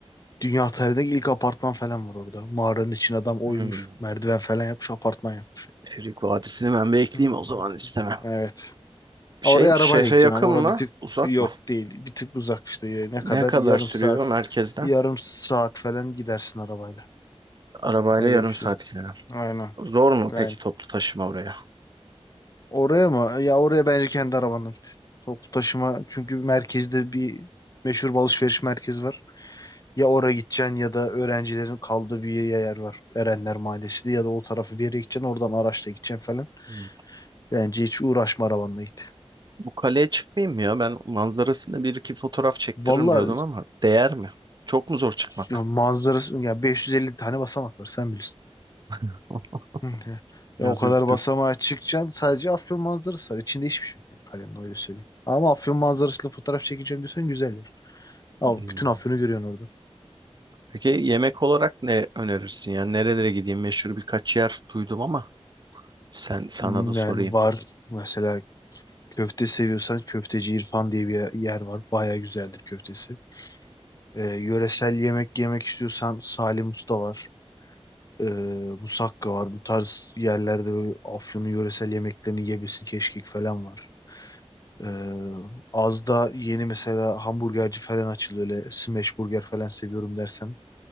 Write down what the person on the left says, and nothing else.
dünya tarihindeki ilk apartman falan var orada. Mağaranın için adam oymuş,
merdiven falan yapmış, apartman yapmış.
Hmm,
Evet.
Oraya
arabayla
gideceksin
ama oraya
bir tık
yok
değil. Bir tık uzak işte. Ne
kadar?
Yarım
saat,
yarım saat falan gidersin arabayla.
Öyle
bir şey.
Aynen.
Aynen.
Oraya mı? Ya oraya bence kendi arabanla git. Toplu taşıma çünkü merkezde bir meşhur bir alışveriş merkezi var. Ya oraya gideceksin ya da öğrencilerin kaldığı bir yer var. Erenler Mahallesi diye ya da o tarafı bir yere gideceksin oradan araçla gideceksin falan.
Bence hiç uğraşma arabanla git.
Valla
ya manzarası ya 550 tane basamak var sen bilirsin.
Hı hı.
Ya o kadar
basamağa çıkacaksın sadece Afyon manzarası var. İçinde hiçbir şey yok yani kalemle öyle söyleyeyim. Ama Afyon manzarasıyla fotoğraf çekeceğim diyorsan güzel yer. Ama
bütün Afyon'u görüyorsun orada.
Hmm,
Yani var mesela köfte seviyorsan köfteci İrfan diye bir ye- yer var. Baya güzeldir köftesi. Ee, yöresel yemek yemek istiyorsan Salim Usta var. Ee, Musakka var. Bu tarz yerlerde böyle Afyon'un yöresel yemeklerini yiyebilirsin. Keşkek falan var. Ee, az da yeni mesela hamburgerci falan açıldı. Öyle smash burger falan seviyorum dersen